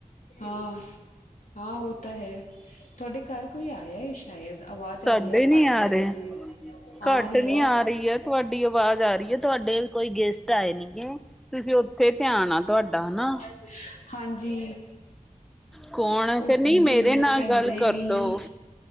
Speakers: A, on the left; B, in the centre.
A: ਹਾਂ ਹਾਂ ਉਹ ਤਾਂ ਹੈ ਤੁਹਾਡੀ। ਘਰ ਕੋਈ ਆਇਆ ਏ ਸ਼ਾਇਦ ਆਵਾਜ਼
B: ਸਾਡੇ
A: ਆ ਰੀ ਐ,
B: ਨੀ
A: ਖਾਟ,
B: ਆ
A: ਖਾਟ
B: ਰਹੇ
A: ਦੀ। ਆ
B: ਘੱਟ
A: ਰਹੀ
B: ਨੀ ਆ ਰਹੀ ਐ ਤੁਹਾਡੀ ਆਵਾਜ਼ ਆ ਰਹੀ। ਹੈ ਤੁਹਾਡੇ ਕੋਈ ਗੈਸਟ ਆਏ ਨੀ ਗੇ ਤੁਸੀਂ ਉੱਥੇ ਧਿਆਨ ਆ ਤੁਹਾਡਾ ਹਨਾ
A: <unintelligible> ਹਾਂਜੀ
B: ਕੌਣ ਹੈ
A: ਉਹ
B: ਫੇਰ ਨਹੀਂ ਮੇਰੇ
A: ਦਿਨ
B: ਨਾਲ
A: ਪੈਂਦੇ
B: ਗੱਲ ਕਰਲੋ
A: ਨੀ